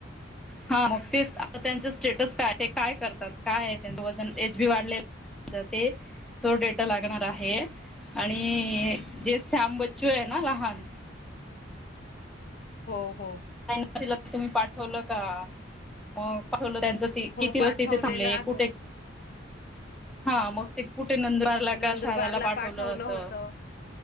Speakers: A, in the centre; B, on the left.
A: हा मग ते आता त्यांच स्टेटस काय ते काय करतात काय आहे त्यां वजन एच बी वाढले ते तो डेटा लागणार आहे आणि जे सॅम बच्चू आहे ना लहान
B: हो हो
A: ति तुम्ही पाठवलं का पाठवलं किती
B: हो
A: दिवस
B: पाठवलेलं
A: तिथे थांबले
B: आहे
A: कुठे हा मग ते कुठे नंदवारला
B: नंदुरबारला
A: का शदाला पाठवलं होत
B: होतं